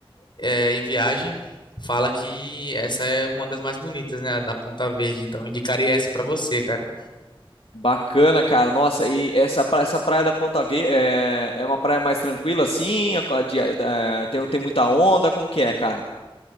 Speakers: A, on the left (about 55°); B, on the left (about 80°).
A: é, em viagem fala que essa é uma das mais bonitas, né, a da Ponta Verde. Então indicaria essa para você, cara.
B: Bacana, cara. Nossa, e essa, pra- essa praia da Ponta V é, é uma praia mais tranquila, assim? É co- de- é, tem, tem muita onda? Como que é, cara?